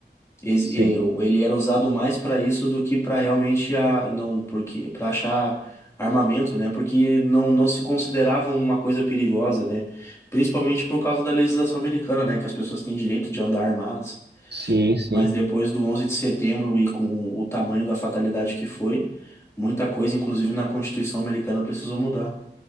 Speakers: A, on the left; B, on the right.
A: esse-
B: sim,
A: e- Ele era usado mais para isso do que para realmente a, não, porque para achar armamento, né? Porque não, não se considerava uma coisa perigosa, né? Principalmente por causa da legislação americana, né? Que as pessoas têm direito de andar armadas.
B: sim, sim,
A: Mas depois do 11 de setembro e com o tamanho da fatalidade que foi, muita coisa, inclusive na Constituição americana, precisou mudar.